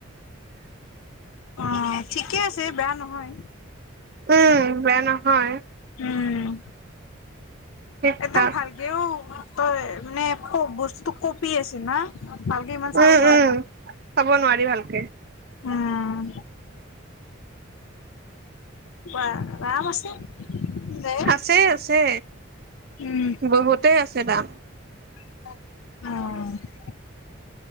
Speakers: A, on the left (about 80°); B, on the right (about 50°).
A: অ' ঠিকে আছে, বেয়া নহয়।
B: উম, বেয়া নহয়।
A: উম
B: ঠিক
A: একদম
B: ঠাক
A: ভালকেও তয়ে মানে খ- বস্তু কপি আছ না? ভালকে ইমান চাব
B: উম
A: পাৰা
B: উম
A: নাই।
B: চাব নোৱাৰি ভালকে
A: উম। কোৱা দাম আছে। দে
B: আছে আছে
A: উম
B: বহুতে আছে দাম।
A: অ'।